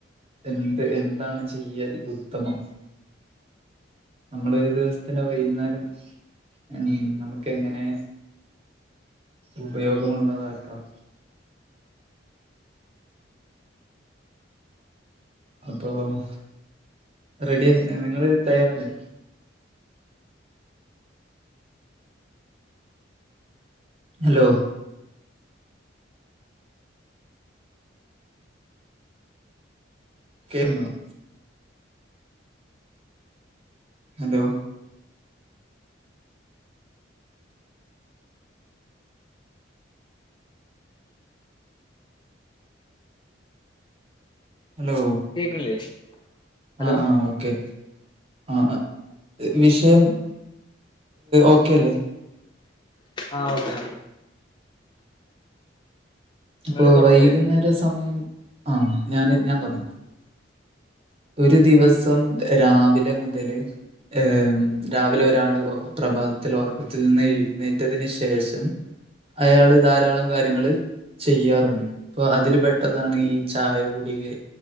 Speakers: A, on the right; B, on the left.
A: എന്ത് എന്താണ് ചെയ്യാൻ ഉത്തമം നമ്മള് ഒരു ദിവസത്തിന്റെ വൈകുന്നേരം ഉ നമുക്ക് എങ്ങനെ ഉപയോഗമുള്ളതാക്കാം അപ്പോറെഡിയല്ലേ നിങ്ങള് തയ്യാറല്ലേ ഹലോ കേൾക്കുന്നുണ്ടോ ഹലോ ഹലോ
B: കേക്കണില്ലേ ഹലോ
A: ആ ആ ഓക്കെ ആ വിഷയം ഓക്കെ അല്ലേ
B: ആ ഓക്കെ നിങ്ങള്
A: അപ്പൊ
B: തുടങ്ങൂലേ
A: വൈകുന്നേര സമയം ആ ഞാന് ഞാൻ തുടങ്ങി ഒരു ദിവസം രാവിലെ മുതല് ഏയ്‌ രാവിലെ ഒരാൾ പ്രഭാതത്തിൽ ഉറക്കത്തിൽ നിന്ന് എഴുന്നേറ്റതിന് ശേഷം അയാള് ധാരാളം കാര്യങ്ങള് ചെയ്യാറുണ്ട് ഇപ്പൊ അതിൽ പെട്ടതാണ് ഈ ചായ കുടിയേ